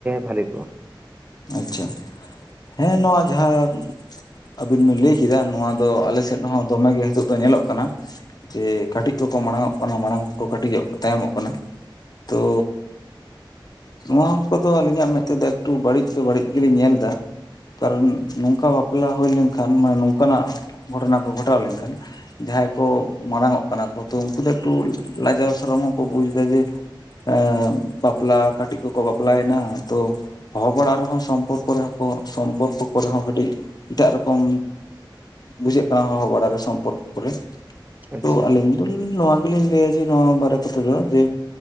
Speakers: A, on the right (about 20°); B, on the left (about 50°).
A: ᱵᱷᱟᱜᱮ ᱠᱚᱜᱼᱟ?
B: ᱟᱪᱷᱟ ᱦᱮᱸ ᱱᱚᱶᱟ ᱡᱟᱦᱟᱸ ᱟᱹᱵᱤᱱ ᱵᱤᱱ ᱞᱟᱹᱭ ᱠᱮᱫᱟ ᱱᱚᱶᱟ ᱫᱚ ᱟᱞᱮ ᱥᱮᱫ ᱦᱚᱸ ᱫᱚᱢᱮ ᱜᱮ ᱱᱤᱛᱚᱜ ᱫᱚ ᱧᱮᱞᱚᱜ ᱠᱟᱱᱟ᱾ ᱡᱮ ᱠᱟᱹᱴᱤᱡ ᱠᱚᱠᱚ ᱢᱟᱲᱟᱝ ᱚᱜ ᱠᱟᱱᱟ ᱢᱟᱲᱟᱝ ᱠᱚᱠᱚ ᱠᱟᱹᱴᱤᱡᱚᱜ ᱛᱟᱭᱚᱢᱚᱜ ᱠᱟᱱᱟ᱾ ᱛᱚ ᱱᱚᱶᱟ ᱠᱚᱫᱚ ᱟᱹᱞᱤᱧᱟᱜ ᱢᱮᱫ ᱛᱮᱫᱚ ᱮᱠ ᱛᱩ ᱵᱟᱹᱲᱤᱡ ᱫᱚ ᱵᱟᱹᱲᱤᱡ ᱜᱮ ᱞᱤᱧ ᱧᱮᱞ ᱮᱫᱟ᱾ ᱠᱟᱨᱚᱱ ᱱᱚᱝᱠᱟ ᱵᱟᱯᱞᱟ ᱦᱩᱭ ᱞᱮᱱᱠᱷᱟᱱ ᱢᱟᱱᱮ ᱱᱚᱝᱠᱟᱱᱟᱜ ᱜᱷᱚᱴᱚᱱᱟ ᱠᱚ ᱜᱷᱚᱴᱟᱣ ᱞᱮᱱᱠᱷᱟᱱ ᱡᱟᱦᱟᱸᱭ ᱠᱚ ᱢᱟᱨᱟᱲᱟᱝ ᱚᱜ ᱠᱟᱱᱟ ᱠᱚ ᱛᱚ ᱩᱱᱠᱩ ᱫᱚ ᱮᱠᱴᱩ ᱞᱟᱡᱟᱣ ᱥᱚᱨᱚᱢ ᱦᱚᱸᱠᱚ ᱵᱩᱡᱽ ᱮᱫᱟ ᱡᱮ ᱮ ᱵᱟᱯᱞᱟ ᱠᱟᱹᱴᱤᱡ ᱠᱚᱠᱚ ᱵᱟᱯᱞᱟᱭ ᱮᱱᱟ ᱛᱚ ᱚᱲᱟᱜ ᱨᱮᱦᱚᱸ ᱥᱚᱢᱯᱚᱨᱠᱚ ᱨᱮᱦᱚᱸ ᱥᱚᱢᱯᱚᱨᱠᱚ ᱠᱚᱨᱮ ᱦᱚᱸ ᱠᱟᱹᱴᱤᱡ ᱮᱴᱟᱜ ᱨᱚᱠᱚᱢ ᱵᱩᱡᱷᱟᱹᱜ ᱠᱟᱱᱟ ᱦᱚᱦᱚ ᱵᱟᱲᱟᱨ ᱨᱮ ᱥᱚᱢᱯᱚᱨᱠᱚ ᱠᱚᱨᱮ
A: ᱟᱪᱪᱷᱟ ᱟᱪᱪᱷᱟ
B: ᱛᱚ ᱟᱹᱞᱤᱧ ᱱᱚᱶᱟ ᱜᱮᱞᱤᱧ ᱞᱟᱹᱭᱟ ᱡᱮ ᱱᱚᱶᱟ ᱵᱟᱨᱮ ᱠᱚᱛᱮ ᱫᱚ ᱡᱮ